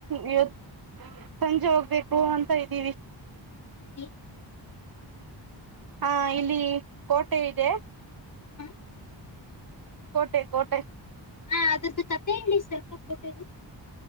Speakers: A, on the right; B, on the left.
A: ಇವತ್ತು ಸಂಜೆ ಹೋಗ್ಬೇಕು ಅಂತ ಇದ್ದೀವಿ.
B: ತಿಂದಿ.
A: ಹಾ ಇಲ್ಲಿ ಕೋಟೆ ಇದೆ.
B: ಹಾ
A: ಕೋಟೆ ಕೋಟೆ.
B: ಹಾ ಅದ್ರದ್ದು ಕತೆ ಹೇಳಿ ಸ್ವಲ್ಪ ಕೋಟದು.